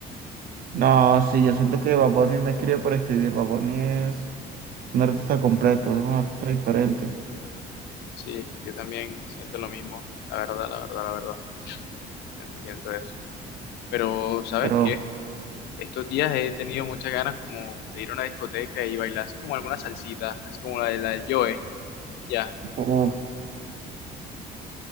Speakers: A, on the right; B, on the left.
A: No, sí, yo siento que Bad Bunny no escribe para escribir. Bad Bunny es un artista completo, es un artista diferente.
B: Sí, yo también siento lo mismo, la verdad, la verdad, la verdad, siento, siento eso. Pero, ¿sabes
A: Pero,
B: qué? Estos días he tenido muchas ganas como de ir a una discoteca y bailar así como alguna salsita, así como la de la del Joe, ya,
A: uff,